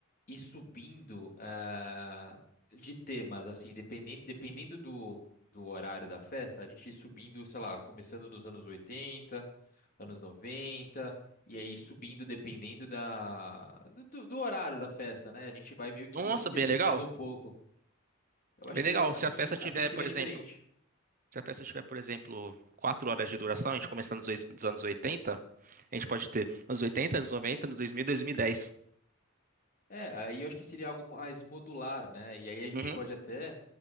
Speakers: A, on the left (about 45°); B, on the right (about 40°).
A: ir subindo ah, de temas, assim, dependendo, dependendo do, do horário da festa, a gente ir subindo, sei lá, começando nos anos 80, anos 90, e aí subindo dependendo da, do, do do horário da festa, né? A gente vai meio que
B: Nossa,
A: interpretando
B: bem legal.
A: um pouco. Eu acho
B: Bem
A: que
B: legal.
A: é,
B: Se
A: assim,
B: a festa tiver,
A: assim seria
B: por exemplo,
A: diferente.
B: se a festa tiver, por exemplo, quatro horas de duração, a gente começando nos ois- dos anos 80, a gente pode ter anos 80, anos 90, anos 2000, 2010.
A: É, aí eu acho que seria algo mais modular, né? E aí a gente
B: Uhum,
A: pode até.